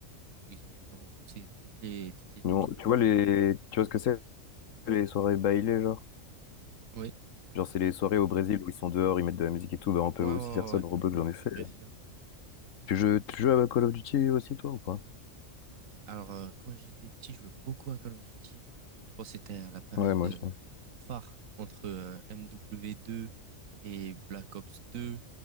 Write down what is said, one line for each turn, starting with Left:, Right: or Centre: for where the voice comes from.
Right: où ils ont vraiment poussé toutes les toutes les limites.
Left: Nous, on- tu vois les, tu vois ce que c'est, les soirées bailées, genre?
Right: Oui,
Left: Genre, c'est les soirées au Brésil où ils sont dehors, ils mettent de la musique et tout. Bah, on peut
Right: ouais,
Left: aussi
Right: ouais, ouais,
Left: faire ça
Right: ouais.
Left: dans Roblox, j'en ai fait.
Right: Truc brésilien.
Left: Tu joues, tu joues à Call of Duty aussi, toi, ou pas?
Right: Alors, euh, quand j'étais petit, je jouais beaucoup à Call of Duty. Je pense que c'était à la période
Left: Ouais, moi
Right: euh,
Left: aussi.
Right: phare entre euh, MW2 et Black Ops 2.